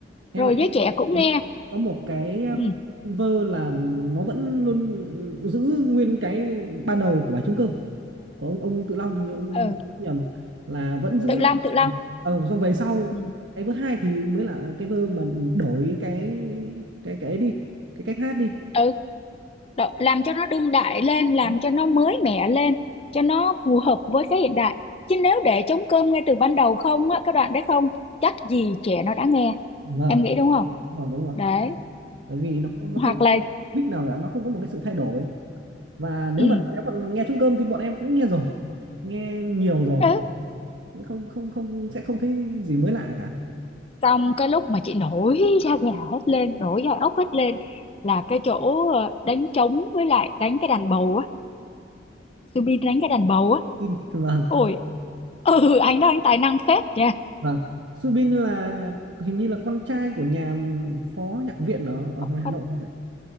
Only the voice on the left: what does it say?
rồi giới
trẻ cũng nghe
ừ,
ừ.
Tự Long Tự Long
ừ.
ừ Đo- làm cho nó đương đại lên làm
cho
nó mới mẻ lên cho nó phù hợp với cái hiện đại chứ nếu để trống cơm ngay từ ban đầu không á cái đoạn đấy không chắc gì trẻ nó đã nghe
em nghĩ đúng không
đấy
hoặc
là
ừ,
ừ.
xong cái lúc mà chị nổi da gà hết lên nổi da ốc hết lên là cái chỗ ờ, đánh trống với lại đánh cái đàn bầu á Subin đánh cái đàn bầu á
ôi ừ anh đó anh tài năng phết nha
Con-